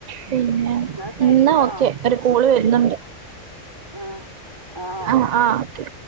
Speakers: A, on the right; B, on the right.
A: പിന്നെ
B: എന്നാ ശരിട്ടോ
A: ഇന്നാ ഓക്കെ ഒരു കോള് വരുന്നുണ്ട്
B: ആഹ് ആഹ് ഓക്കെ
A: ആ ആ ഓക്കെ